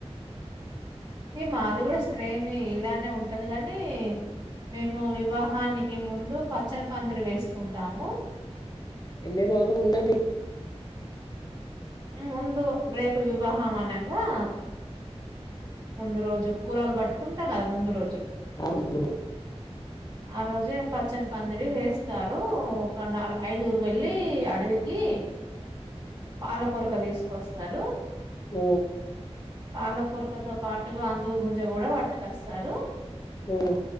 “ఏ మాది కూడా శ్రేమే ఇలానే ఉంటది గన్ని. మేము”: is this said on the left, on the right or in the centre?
Right